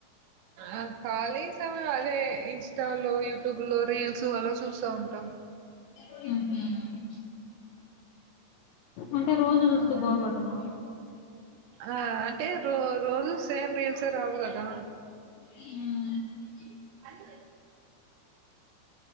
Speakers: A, on the right; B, on the left.
A: ఆ ఖాళీ సమయం అదే ఇన్స్టా లో యూట్యూబ్ లో రీల్స్ అలా చూస్త ఉంటాం
B: ఉహు అంటే రోజు చూస్తే బోరు కొట్టద
A: ఆ అంటే రో రోజు సేమ్ రీల్సే రావు కదా
B: మ్
A: హలో